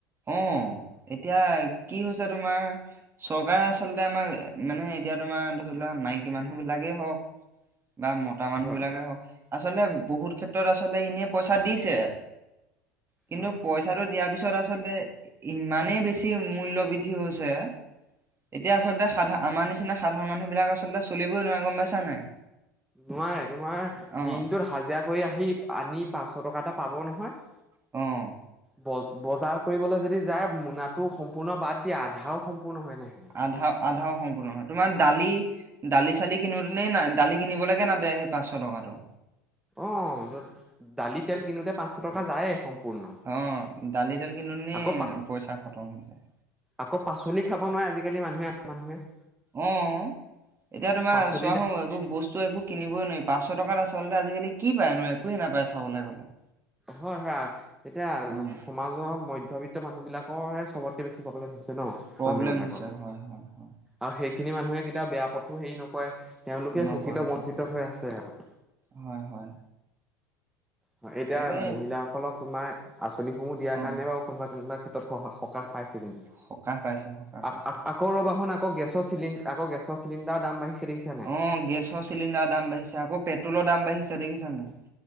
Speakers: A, on the right; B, in the centre.
A: অ', এতিয়া কি হৈছে তোমাৰ চ কাৰে আচলতে আমা মানে এতিয়া তোমা ধৰি লোৱা মাইকী মানুহবিলাকেই হওঁক বা মতা মানুহ
B: হয়
A: বিলাকে হওঁক আচলতে বহুত ক্ষেত্ৰত আচলতে ইনে পইচা দিছে কিন্তু
B: হয়
A: পইচাটোত দিয়া পিছত আচলতে ইমানেই বেছি মূল্য বিদ্ধি হছে এতিয়া আচলতে সাধা আমা নিচিনা সাধাৰণ মানুহবিলাক আচলতে চলিবই নোৱাৰে গম পাইছা নাই
B: নোৱাৰে তোমাৰ
A: অ',
B: দিনটোত হাজিৰা কৰি আহি আনি পাঁচশ টকা এটা পাব নহয়
A: অ'।
B: বজ বজাৰ কৰিবলৈ যদি যায় মোনাটো সম্পূৰ্ণ বাদ দিয়া আধাও সম্পূৰ্ণ হয় নাই
A: আধাও আধাও সম্পূৰ্ণ নহয় তোমাৰ দালি দালি চালি কিনোতেনে নাই দালি কিনিব লেকে নাটে সেই পাঁচশ টকাটো।
B: অ'ত দালি তেল কিনোতে পাঁচশ টকা যায়েই সম্পূৰ্ণ।
A: অঁ দালি দাল কিনোমানে
B: আকৌ পা
A: পইচা খতম হৈ যায়।
B: আকৌ পাচলি খাব নোৱাৰে আজিকালি মানুহে মানুহে।
A: অ এতিয়া তোমাৰ
B: পাচলি
A: চোৱা হ এইবোৰ বস্তু একো, কিনিবই নোৱাৰি পাঁচশ টকাত আচলতে আজিকালি কি পায়নোয় একোৱে নাপায় চাবলৈ গ'লে।
B: হয় হয় এতিয়া,
A: অ',
B: সমাজৰ মধ্যবিত্ত মানুহবিলাকৰহে চবতকে বেছি প্ৰব্লেম হৈছে ন।
A: প্ৰব্লেম
B: মানুহ বিলাকৰ
A: হৈছে হয় হয় হয়।
B: আৰু সেইখিনি মানুহে কেতিয়াও বেয়া পথো হেৰি নকৰে, তেওঁলোকে
A: নকৰে
B: শোষিত বঞ্চিত
A: নকৰে
B: হৈ আছে আৰু,
A: হয় হয়।
B: হয়, এতিয়া
A: তাকে
B: মহিলাসকলক তোমাৰ আঁচনিসমূহ দিয়াৰ
A: অ
B: কাৰণে বাৰু কোনোবা কোনোবা ক্ষেত্ৰ, ত স সকাহ পাইছে যেনিবা।
A: সকাহ পাইছে সকাহ।
B: আ
A: পাইছে।
B: আকৌ আকৌ ৰ'বা হোন আকৌ গেছৰ চিলি আকৌ গেছৰ চিলিণ্ডাৰ দাম বাঢ়িছে দেখিছা। নাই?
A: অঁ গেছৰ চিলিণ্ডাৰৰ দাম বাঢ়িছে আকৌ পেট্ৰলৰ দাম বাঢ়িছে দেখিছান নাই।